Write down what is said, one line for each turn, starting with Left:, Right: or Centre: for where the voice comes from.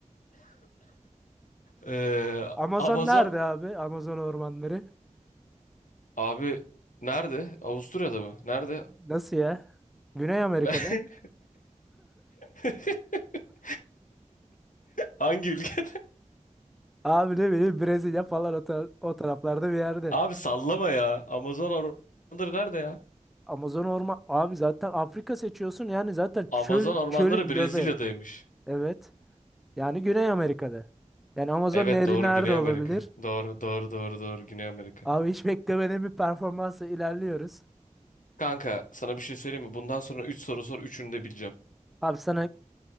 Left: Ee,
Centre: Amazon
Left: Amazon
Centre: nerede abi? Amazon ormanları.
Left: Abi nerede? Avusturya'da mı? Nerede?
Centre: Nasıl ya? Güney Amerika'da.
Left: Ne- <laughs> Hangi ülkede?
Centre: Abi ne bileyim Brezilya falan o, tar- o taraflarda bir yerde.
Left: Abi sallama ya. Amazon ormanları nerede ya?
Centre: Amazon orman. Abi zaten Afrika seçiyorsun. Yani zaten
Left: Amazon
Centre: çöl,
Left: ormanları
Centre: çölün
Left: Brezilya'daymış.
Centre: göbeği. Evet. Yani Güney Amerika'da. Yani Amazon
Left: Evet
Centre: Nehri
Left: doğru
Centre: nerede
Left: Güney
Centre: olabilir?
Left: Amerika. Doğru doğru doğru doğru Güney Amerika.
Centre: Abi hiç beklemediğim bir performansla ilerliyoruz.
Left: Kanka sana bir şey söyleyeyim mi? Bundan sonra 3 soru sor üçünü de bileceğim.
Centre: Abi sana